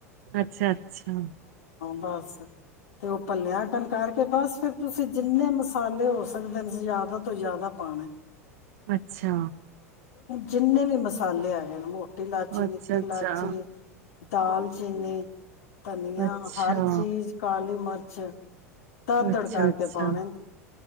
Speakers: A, on the right (about 65°); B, on the left (about 65°).
A: ਅੱਛਾ-ਅੱਛਾ
B: ਬਸ ਤੇ ਉਹ ਪੱਲਿਆਂ ਅਕਨ ਕਰਕੇ ਬਸ ਫੇਰ ਤੁਸੀਂ ਜਿੰਨੇ ਮਸਾ ਸਾਲੇ ਹੋ ਸਕਦੇ ਨੇ ਜ਼ਿਆਦਾ ਤੋਂ ਜ਼ਿਆਦਾ ਪਾਣਾ।
A: ਅੱਛਾ
B: ਜਿੰਨੇ ਵੀ ਮਸਾਲੇ ਹੈਗੇ ਨੇ ਮੋ ਟੀ ਇਲਾਇਚੀ,
A: ਅੱਛਾ
B: ਨਿੱਕੀ ਇਲਾਇਚੀ,
A: ਅੱਛਾ
B: ਦਾਲ ਜਿੰਨੇ ਧਨੀਆ
A: ਅੱਛਾ
B: ਹਰ ਚੀਜ਼ ਕਾਲੀ ਮਿਰ ਛਾ ਦਰਦੜ
A: ਅੱਛਾ
B: ਕਰਕੇ
A: ਅੱਛਾ
B: ਪਾਨੇ।